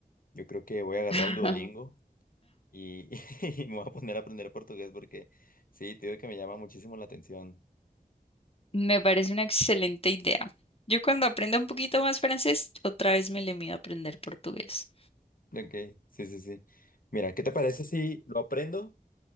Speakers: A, on the left; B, on the left.
A: yo creo que voy a agarrar
B: <laughs>
A: el Duolingo y, <laughs> y me voy a poner a aprender portugués porque sí, te digo que me llama muchísimo la atención.
B: Me parece una excelente idea. Yo cuando aprenda un poquito más francés, otra vez me le mido a aprender portugués.
A: Ok, sí, sí, sí. Mira, ¿qué te parece si lo aprendo?